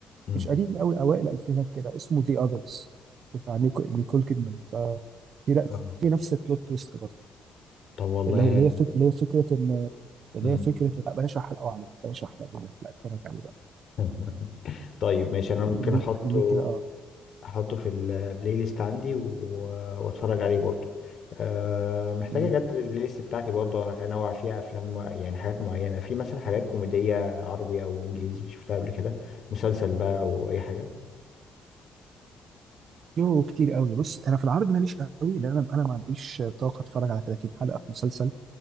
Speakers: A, on the left; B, on the right.
A: امم
B: مش قديم قوي اوائل الالفينات كده اسمه ذا اذرز بتاع نيكو نيكول كيدمان ف في لا
A: آه.
B: في نفس البلوت تويست برضه
A: طب والله
B: اللي هي اللي هي فك... اللي هي فكره ان اللي
A: امم
B: هي فكره إن- لا بلاش احرق عليك بلاش احرق لك لا اتفرج عليه بقى
A: <laughs> طيب ماشي انا ممكن
B: خليه
A: احطه
B: خليه كده اه
A: احطه في البلاي ليست عندي و- و- واتفرج عليه برضه أه محتاج
B: مم.
A: اجدد البلاي ليست بتاعتي برضه انوع فيها افلام مع- يعني حاجات معينه في مثلا حاجات كوميديه عربي او انجليزي شفتها قبل كده مسلسل بقى او اي حاجه
B: يوه كتير قوي بص انا في العرض ماليش قوي لان انا انا ما عنديش طاقه اتفرج على 30 حلقه في مسلسل